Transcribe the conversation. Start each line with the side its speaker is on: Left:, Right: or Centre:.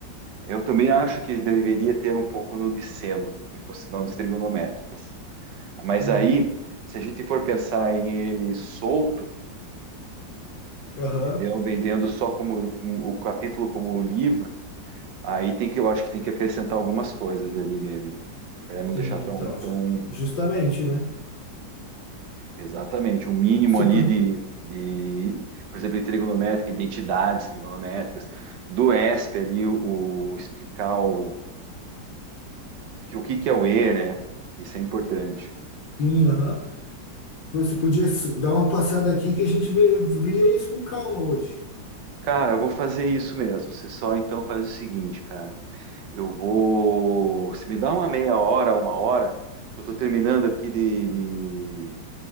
Right: eu também acho que deveria ter um pouco no de seno e cosinâncias trigonométricas. Mas
Left: Sim,
Right: aí, se a gente for pensar em ele solto,
Left: aham.
Right: entendeu? Vendendo só como um- o capítulo como livro, aí tem que eu acho que tem que acrescentar algumas coisas ali nele, para não
Left: Sim,
Right: deixar tão
Left: então,
Right: tão
Left: ju- justamente, né?
Right: exatamente o mínimo
Left: Você
Right: ali
Left: podia,
Right: de de, por exemplo, de trigonométrica, identidades trigonométricas, do ESP ali o, o explicar o que o que que é o E, né? Isso é importante.
Left: sim, aham. Você podia s- dar uma passada aqui que a gente vê, via isso com calma hoje.
Right: Cara, eu vou fazer isso mesmo. Você só então faz o seguinte, cara. Eu vou. Se me dá uma meia hora, uma hora, que eu tô terminando aqui de, de,